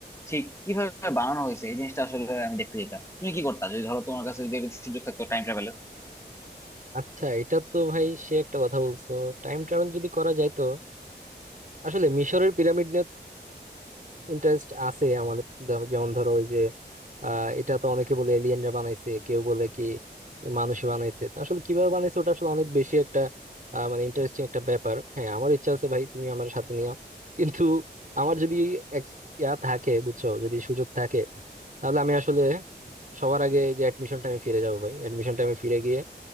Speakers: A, on the left (about 15°); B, on the right (about 50°).
A: ঠিক কিভাবে বানানো হয়েছে এই জিনিসটা আসলে আমি দেখতে যেতাম তুমি কি করতা যদি ধরো তোমার কাছে যদি এরকম সুযোগ থাকতো টাইম ট্রাভেলের
B: আচ্ছা, এটা তো ভাই সে একটা কথা বলছো টাইম ট্রাভেল যদি করা যায় তো আসলে মিশরের পিরামিড ইন্টারেস্ট আছে আমাদের দ- যেমন ধরো ওই যে আহ, এটা তো অনেকে বলে এলিয়েনরা বানাইছে কেউ বলে কি মানুষ বানাইছে তো আসলে কিভাবে বানাইছে ওটা আসলে অনেক বেশি একটা আহ, মানে ইন্টারেস্টিং একটা ব্যাপার হ্যাঁ আমার ইচ্ছা আছে ভাই তুমি আমার সাথে নিও কিন্তু আমার যদি ex- ইয়া থাকে বুঝছো যদি সুযোগ থাকে তাহলে আমি আসলে সবার আগে এই যে অ্যাডমিশন টাইমে ফিরে যাবো ভাই অ্যাডমিশন টাইমে ফিরে গিয়ে